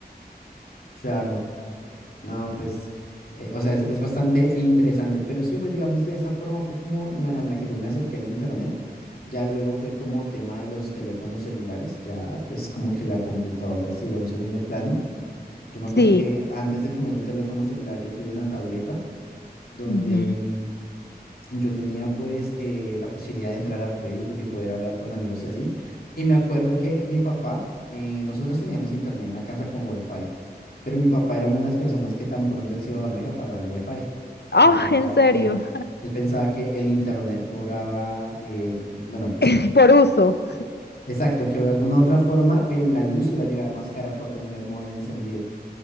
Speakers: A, on the left (about 65°); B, on the left (about 85°).
A: Claro. No, pues, eh, o sea, es, es bastante interesante, pero sí, pues digamos, de esa forma fue como la, la que yo me acerqué al internet, ya luego fue como tema de los teléfonos celulares, ya pues como que la computadora se iba a un segundo plano. Yo me acuerdo
B: Sí.
A: que antes de tener un teléfono celular yo tuve una tableta donde
B: Ujú.
A: mm, yo tenía pues eh, la posibilidad de entrar a Facebook y poder hablar con amigos y así. Y me acuerdo que mi papá, eh, nosotros teníamos internet en la casa con wifi, pero mi papá era una de las personas que tan pronto él se iba a dormir apagaba el wifi,
B: Ah,
A: porque pensaba
B: en serio.
A: que, él pensaba que el internet cobraba, eh, bueno,
B: <laughs> Por uso,
A: <tsk> exacto, que de alguna otra forma el- la luz iba a llegar más cara por tener el módem encendido.